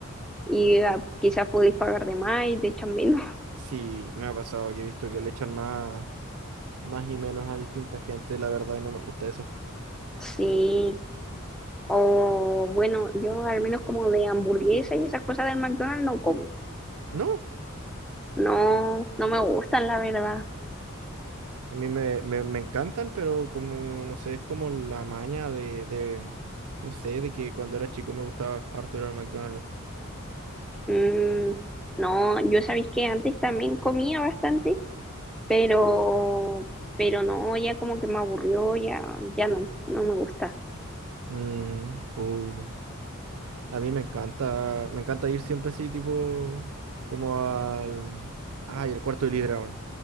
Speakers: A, in the centre; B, on the right (about 75°).
A: y ah, quizás podéis pagar de más y te echan menos. <laughs>
B: sí, me ha pasado que he visto que le echan más, más y menos a distinta gente, la verdad, y no me gusta eso.
A: Sí. O bueno, yo al menos como de hamburguesa y esas cosas del McDonald's no como.
B: ¿No?
A: No, no me gustan, la verdad.
B: A mí me, me, me encantan, pero como, no sé, es como la maña de, de, no sé, de que cuando era chico me gustaba harto ir al McDonald's.
A: Mm, no, yo sabéis que antes también comía bastante pero, pero no, ya como que me aburrió, ya, ya no, no me gusta.
B: Mm, uh. A mí me encanta, me encanta ir siempre así, tipo, como al, ay, el cuarto de libra, weón.